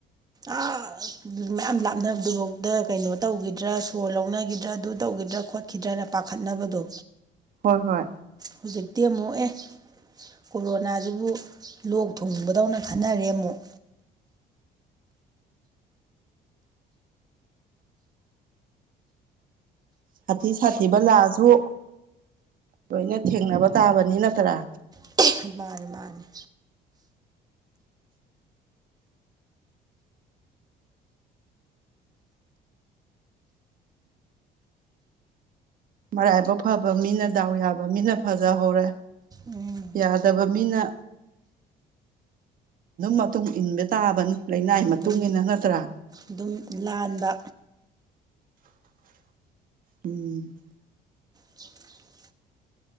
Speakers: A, on the right; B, on the right.
A: ꯑꯥ ꯃꯌꯥꯝ ꯂꯥꯞꯅꯕꯗꯨꯐꯥꯎꯗ ꯀꯩꯅꯣ ꯇꯧꯈꯤꯗ꯭ꯔꯥ ꯁꯣꯔ ꯂꯧꯅꯈꯤꯗ꯭ꯔꯥ ꯑꯗꯨ ꯇꯧꯈꯤꯗ꯭ꯔꯥ ꯈꫭꯠ ꯈꯤꯗ꯭ꯔꯅ ꯄꯥꯈꯠꯅꯕꯗꯣ꯫
B: ꯍꯣꯏ ꯍꯣꯏ꯫
A: ꯍꯧꯖꯤꯛꯇꯤ ꯑꯃꯨꯛ ꯑꯦ꯫ ꯀꯣꯔꯣꯅꯥꯁꯤꯕꯨ ꯂꯣꯛ ꯊꯨꯡꯕꯗꯧꯅ ꯈꯟꯅꯔꯦ ꯑꯃꯨꯛ꯫
B: ꯁꯥꯊꯤ ꯁꯥꯊꯤꯕ ꯂꯥꯛꯑꯁꯨ ꯂꯣꯏꯅ ꯊꯦꯡꯅꯕ ꯇꯥꯕꯅꯤ ꯅꯠꯇ꯭ꯔꯥ꯫
A: <unintelligible> ꯃꯥꯅꯦ-ꯃꯥꯅꯦ꯫
B: ꯃꯔꯥꯏꯕꯛ ꯐꯕ ꯃꯤꯅ ꯗꯥꯎ ꯌꯥꯕ ꯃꯤꯅ ꯐꯖꯍꯧꯔꯦ꯫
A: ꯎꯝ
B: ꯌꯥꯗꯕ ꯃꯤꯅ ꯃꯇꯨꯡ ꯏꯟꯕ ꯇꯥꯕꯅꯤ ꯂꯅꯥꯏ ꯃꯇꯨꯡ
A: ꯑꯗꯨꯝ
B: ꯏꯟꯅ ꯅꯠꯇ꯭ꯔꯥ꯫
A: ꯑꯗꯨꯝ ꯂꯥꯟꯕ꯫
B: ꯎꯝ꯫
A: <unintelligible>